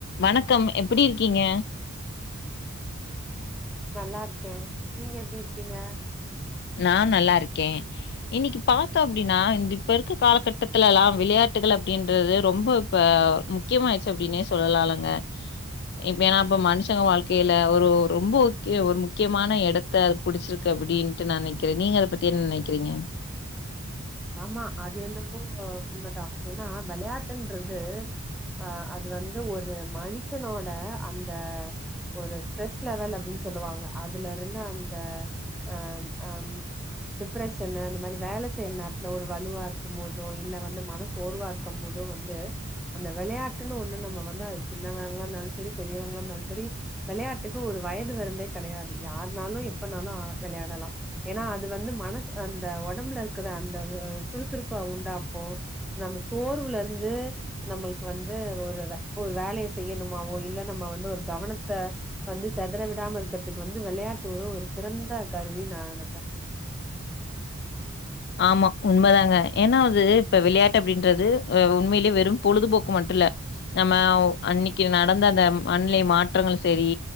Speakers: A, on the left; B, in the centre.
A: வணக்கம் எப்டி இருக்கீங்க
B: நல்லாருக்கே நீங்க எப்டி இருக்கீங்க
A: நா நல்லாருக்கே இன்னைக்கு பாத்தோ அப்டின்னா இந்த இப்ப இருக்க காலகட்டத்துலல்லா விளையாட் நாட்டுகள் அப்டின்றது ரொம்ப இப்ப முக்கியமாயிடுச்சு அப்டின்னே சொல்லலாலங்க இப்ப ஏன்னா அப்ப மனுஷங்க வாழ்க்கையில ஒரு ரொம்ப க்கிய ஒரு முக்கியமான எடத்த அது புடிச்சிருக்கு அப்படின் நா னைக்கிறே நீங்க அத பத்தி என்ன நெனைக்கிறீங்க
B: ஆமா அது என்னவோ உண்மைதா ஏன்னா விளையாட்டுன்றது அ அது வந்து ஒரு மனுஷனோட அந்த ஒரு ஸ்ட்ரெஸ் லெவல் அப்டின் சொல்லுவாங்க அதுலருந்து அந்த அம் அம் டிப்ரெஷன்னு அந்த மாரி வேல செய் நே த்ல ஒரு வலுவா இருக்கும் போதோ இல்ல வந்து மனசோர்வா இருக்கம் போதோ வந்து அந்த வெளையாட்டுன்னு ஒன்னு நம்ப வந்து அது சின்னவங்களா இந்தாலு சரி பெரியவங்ளா இந்தாலு சரி வெளையாட்டுக்கு ஒரு வயது வரம்பே கெடையாது யார்னாலு எப்பனாலு அ வெளையாடலா ஏனா அது வந்து மனசு அந்த ஒடம்புல இருக்கற அ ந்தகு அ சுறுசுறுப்ப உண்டாக்கு நம்ம சோர்வுல இருந்து நம்மள்க்கு வந்து ஒ ரவ ஒரு வேலைய செய்யணுமாவோ இல்ல நம்ம வந்து ஒரு கவனத்த வந்து செதற விடாம இருக்கறதுக்கு வ ந்து வெளையாட்டு ஒரு ஒரு சிறந்த கருவின் நா நெனப்பே
A: <inaudible> ஆமா உண்மதாங்க ஏனா அது இப்ப விளையாட்டு அப்டின்றது அ உண்மைலியே வெறும் பொழுதுபோக்கு மட்டு இல்ல நம்மவ் அன்னிக்கு நடந்த அந்த மன்நிலை மாற்றங்களு செரி